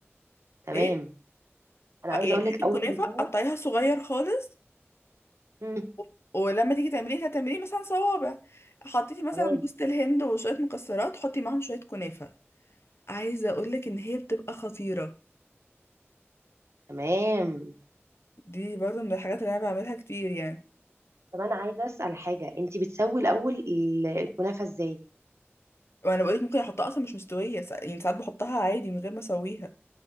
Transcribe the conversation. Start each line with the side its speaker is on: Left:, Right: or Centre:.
Right: تمام
Left: ايه
Right: أنا
Left: آه
Right: عايزة
Left: يعني
Right: أقول لك
Left: هاتي الكنافه
Right: أول
Left: قطعيها
Right: مرة
Left: صغير خالص
Right: مم.
Left: و- ولما تيجي تعمليه هتعمليه مثلا صوابع حطيتي مثلا
Right: تمام
Left: جوز الهند وشويه مكسرات حطي معاهم شويه كنافه عايزه اقول لك ان هي بتبقى خطيره
Right: تمام
Left: دي برضه من الحاجات اللي انا بعملها كتير يعني
Right: طب أنا عايزة أسأل حاجة أنت بتسوي الأول ال- الكنافة إزاي؟
Left: وانا بقولك ممكن احطها اصلا مش مستويه سا- يعني ساعات بحطها عادي من غير ما اسويها